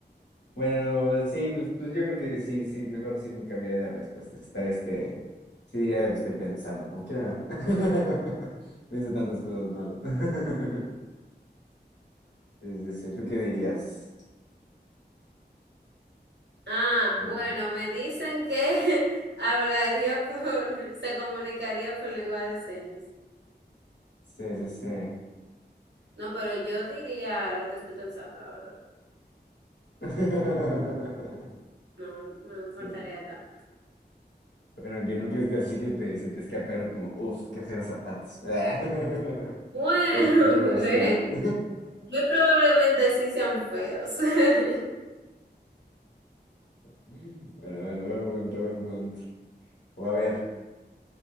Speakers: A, on the left; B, on the right.
A: Bueno, sí, pues, pues yo creo que sí, sí, mejor sí me cambiaría de respuesta. Estar este, sí diría lo que estoy pensando, como que ah, <laughs> pienso tantas cosas malas. <laughs> Sí, sí, sí, ¿Tú qué dirías?
B: Ah, bueno,
A: Eh,
B: me dicen que <laughs> hablaría por, <laughs> se comunicaría por lengua de señas.
A: sí, sí, sí.
B: No, pero yo diría lo que estoy pensando, la verdad.
A: <laughs>
B: No, no me importaría
A: Sí.
B: tanto.
A: Bueno, que no crees que así que te- se te escape algo como, uff, qué feos zapatos. <laughs>
B: Bueno,
A: Uf, qué feo
B: <laughs>
A: vestido.
B: bueno.
A: <laughs>
B: Muy probablemente sí sean feos. <laughs>
A: Bueno, bueno, buen punto, buen punto. O a ver.